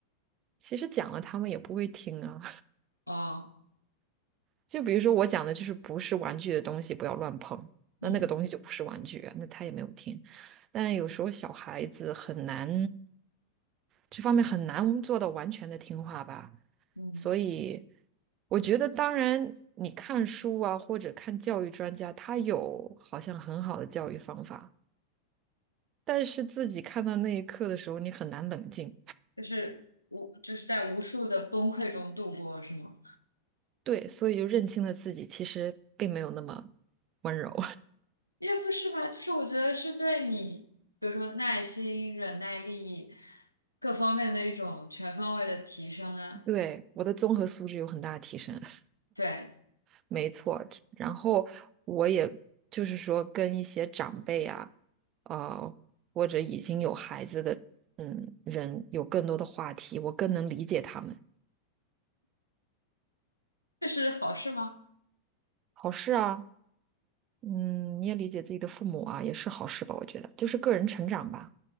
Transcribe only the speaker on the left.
哦，
嗯
嗯，
就是无就是在无数的崩溃中度过，是吗？
也不是吧，就是我觉得是对你，比如说耐心、忍耐力各方面的一种全方位的提升啊。
对，
这是好事吗？